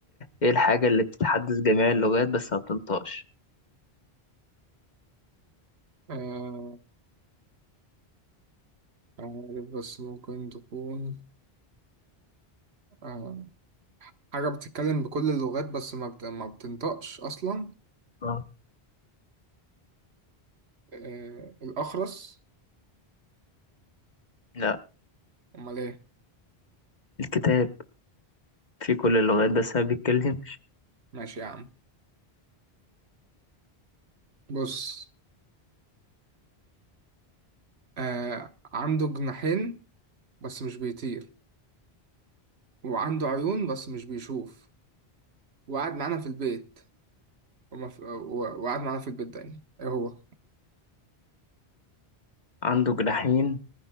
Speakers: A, on the left (about 45°); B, on the right (about 75°).
A: إيه الحاجة اللي بتتحدث جميع اللغات بس ما بتنطقش
B: آه مش عارف بس ممكن تكون آه حاجة بتتكلم بكل اللغات بس ما, بت... ما بتنطقش أصلا
A: آه.
B: آه الأخرس
A: لا
B: أمال إيه؟
A: الكتاب في كل اللغات بس ما بيتكلم
B: ماشي يا عم بص آه عنده جناحين بس مش بيطير وعنده عيون بس مش بيشوف وقعد معانا في البيت وما في... و- وقعد معانا في البيت ده يعني ايه هو
A: عنده جناحين